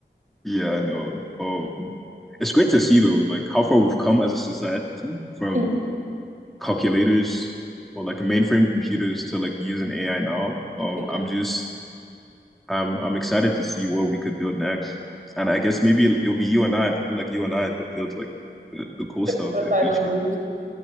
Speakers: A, in the centre; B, on the right (about 45°).
A: Yeah, I know. Um, it's great to see though, like how far we've come as a society from
B: Mm.
A: calculators or like mainframe computers to like using AI now. Um,
B: Yeah,
A: I'm just I'm I'm excited to see what we could build next. And I guess maybe it'll, it'll be you and I, people like you and I that build like the, the cool
B: if
A: stuff in
B: I
A: future.
B: don't move.